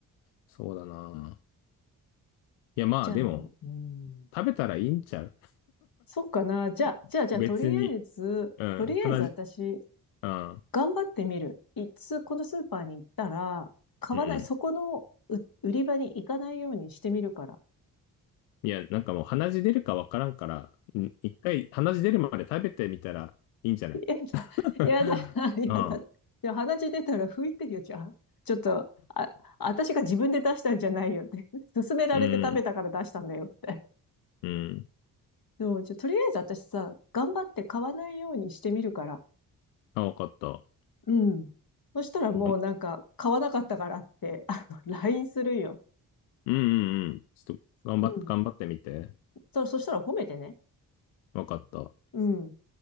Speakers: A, on the left (about 75°); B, on the left (about 45°).
A: そうだな。いや、まあ、
B: じゃあ、
A: でも、
B: うん、
A: 食べたらいいんちゃう
B: そっかな。じゃあ、
A: <laughs>
B: じゃあ、じゃあ、
A: 別に。
B: とりあえず、
A: うん、
B: とりあえず私、
A: 話、うん、
B: 頑張ってみる。いつ、このスーパーに行ったら、買わない、
A: うん。
B: そこのう売り場に行かないようにしてみるから。
A: いや、なんかもう鼻血出るかわからんから、うん一回鼻血出るまで食べてみたらいいんじゃない
B: やだ、<laughs>
A: <laughs>
B: やだ、<laughs>
A: ああ、
B: やだ。で鼻血出たら拭いてよ、じゃあ。ちょっと、あ、私が自分で出したんじゃないよって。<laughs> 勧められて食べたから出したんだよって。
A: うん、うん。
B: でも、じゃあとりあえず私さ、頑張って買わないようにしてみるから。
A: あ、わかった。
B: うん。そしたらもうなんか、
A: がん
B: 買わなかったからって、あの、LINE するよ。
A: うん、うん、うん。ちょっと頑張って、
B: うん。
A: 頑張ってみて。
B: そ、そしたら褒めてね。
A: わかった。
B: うん。